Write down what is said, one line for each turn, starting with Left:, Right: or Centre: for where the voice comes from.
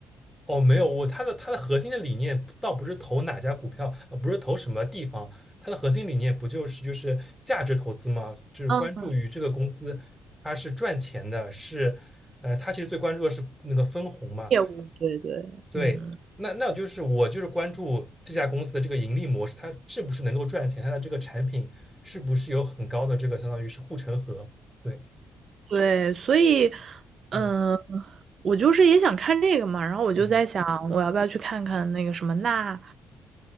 Centre: 哦，没有，我它的它的核心的理念倒不是投哪家股票，呃，不是投什么地方，它的核心理念不就是就是价值投资吗？就是关注于这个公司它是赚钱的，
Right: 嗯，
Centre: 是，呃，他其实最关注的是那个分红嘛，
Right: 业务，对对，
Centre: 对，
Right: 嗯，
Centre: 那那就是我就是关注这家公司的这个盈利模式，它是不是能够赚钱，它的这个产品是不是有很高的这个相当于是护城河，对，
Right: 对，所以，嗯，
Centre: 嗯
Right: 我就是也想看这个嘛，然后我就在想，
Centre: 嗯，
Right: 我要不要去看看那个什么《那